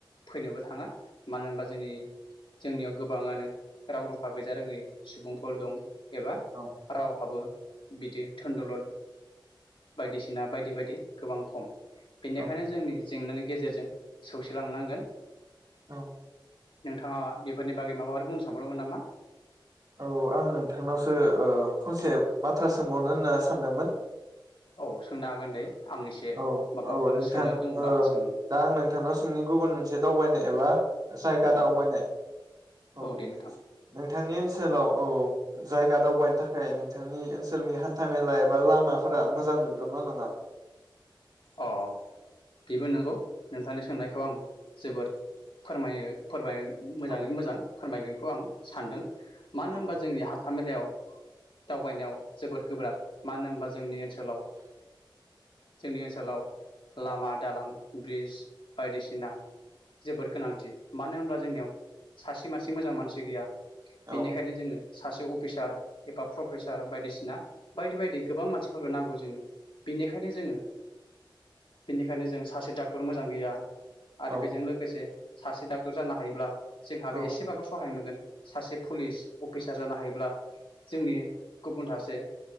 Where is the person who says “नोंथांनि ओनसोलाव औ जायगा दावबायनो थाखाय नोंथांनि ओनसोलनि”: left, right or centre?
Right